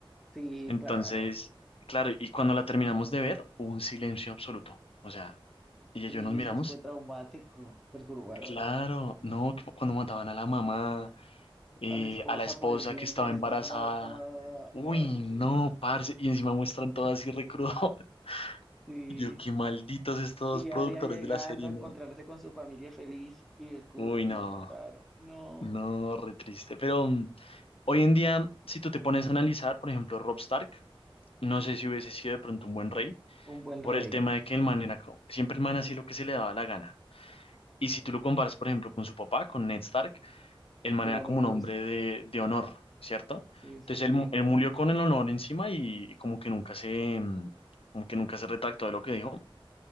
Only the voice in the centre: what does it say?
sí,
claro.
Sí,
es que fue traumático, perturbador.
a la esposa
por el vientre
que
estaba embarazada.
Ay,
sí.
Sí.
Y
Arya llegando
a
encontrarse con su familia feliz y descubre
que
los mataron. No.
Un buen rey.
Era
muy
justo.
Sí,
sí, sí.